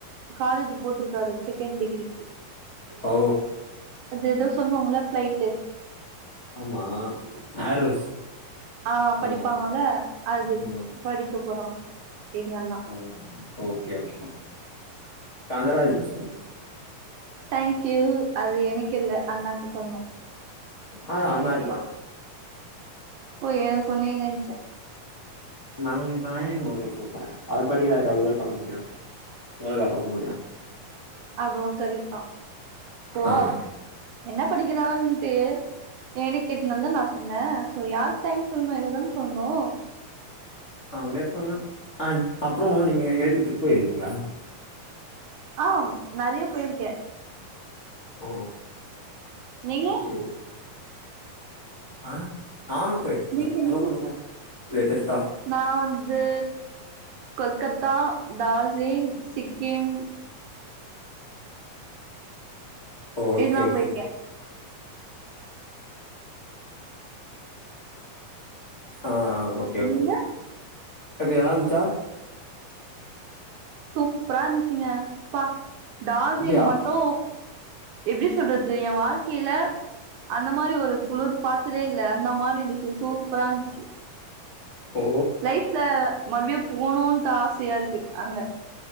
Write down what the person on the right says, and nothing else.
காலேஜ் போட்ருக்காரு செகெண்ட் டிகிரிக்கி
அது ஏதோ சொல்வாங்ல ஃப்ளைட்டு
ஆ படிப்பாங்கல்ல
அது
படிக்க போறா எங்க அண்ணா
தேங்க்யூ, அது எனக்கில்ல அண்ணாக்கு சொல்ணு
ஓ எனக்கு சொன்னிங்கன் நென்ச்ச
அதுவு கரெக்ட்தா ஓவ்
என்ன படிக்கிறாரு டு எனக் கேட்னால தா நா சொன்னே ஷோ யாருக்கு தேங்க்ஸ் சொல்னே எனக்குதானே சொல்னு
ஆஹ் நெறைய போயிருக்கே
நீங்க
நீங்க
நீங்க
நா வந்து கொல்கத்தா டார்ஜிலிங், சிக்கிம்
இதெல்லா
போயிருக்கே
நீங்க
சூப்பரா இருந்திச்சிங்க ப்பா டார்ஜிலிங்
மட்டு எப்டி சொல்றது ஏ வாழ்க்கையில அந்த மாரி ஒரு குளுர் பாத்ததே இல்ல. அந்த மாரி இருந்துச்சு சூப்பரா இருந்துச்சு
லைஃப்ல மறுபடியு போணுன்ட் ஆசையா இருக்கு அங்க